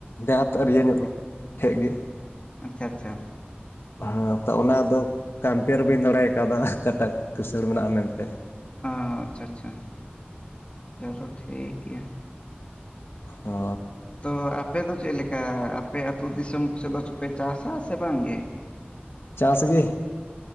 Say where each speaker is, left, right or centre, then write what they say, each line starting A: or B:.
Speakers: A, on the left; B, on the left.
A: ᱰᱮᱦᱟᱛ ᱟᱨ ᱤᱭᱟᱹ ᱧᱚᱜ ᱴᱷᱮᱡ ᱜᱮ
B: ᱟᱪᱪᱷᱟ ᱟᱪᱪᱷᱟ
A: ᱦᱮᱸ ᱛᱚ ᱚᱱᱟ ᱫᱚ ᱠᱚᱢᱯᱮᱭᱟᱨ ᱵᱟᱹᱧ ᱫᱟᱲᱮ ᱟᱠᱟᱣᱫᱟ ᱚᱠᱴᱟᱜ ᱠᱥᱟᱹᱲ ᱢᱮᱱᱟᱜᱼᱟ ᱢᱮᱱ ᱛᱮ ᱾
B: ᱚ ᱟᱪᱪᱷᱟ ᱟᱪᱪᱷᱟ ᱾ ᱪᱚᱞᱚ ᱴᱷᱤᱠ ᱜᱮᱭᱟ ᱾
A: ᱦᱚ
B: ᱛᱚ ᱟᱯᱮ ᱫᱚ ᱪᱮᱫ ᱞᱮᱠᱟ ᱟᱯᱮ ᱟᱹᱛᱩ ᱫᱤᱥᱚᱢ ᱠᱚ ᱥᱮᱫ ᱫᱚ ᱪᱮᱫ ᱯᱮ ᱪᱟᱥᱟ ᱥᱮ ᱵᱟᱝ ᱜᱮ?
A: ᱪᱟᱥ ᱜᱮ